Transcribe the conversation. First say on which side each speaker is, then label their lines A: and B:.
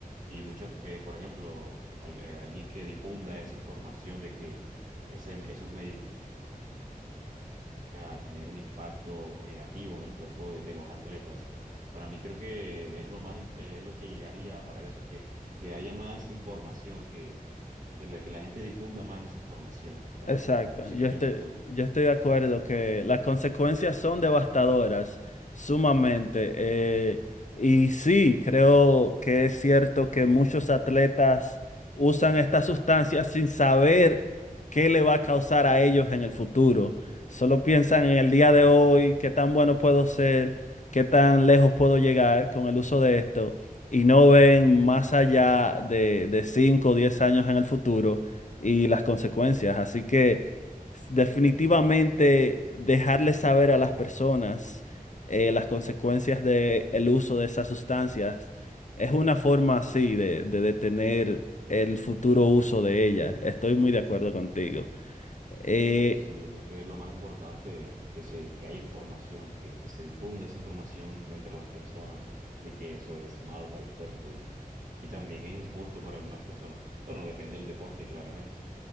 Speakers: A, on the right; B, on the left.
A: Y muchas, eh, por ejemplo, al- eh, alguien que difunda esa información de que ese- esos medicamentos a tener un impacto negativo en el cuerpo de, de los atletas. Para mí creo que es lo más, im- eh, lo que llegaría a parar eso, que, que haya más información, que, que, la, que la gente difunda más esa información, para
B: Exacto,
A: mí. No sé
B: yo
A: qué
B: estoy,
A: piensas tú.
B: yo estoy de acuerdo que las consecuencias son devastadoras, sumamente. eh, y sí, creo que es cierto que muchos atletas usan estas sustancias sin saber qué le va a causar a ellos en el futuro. Solo piensan en el día de hoy, qué tan bueno puedo ser, qué tan lejos puedo llegar con el uso de esto, y no ven más allá de, de 5 o 10 años en el futuro y las consecuencias. Así que s- definitivamente dejarles saber a las personas eh, las consecuencias del uso de esas sustancias es una forma así de, de detener el futuro uso de ellas. Estoy muy de acuerdo contigo. Eh,
A: Sí, sí, yo creo que es lo más importante, que se, que haya información, que, que se difunda esa información entre las personas de que eso es malo para el cuerpo y, y también es injusto para algunas personas. Bueno, depende del deporte, claramente.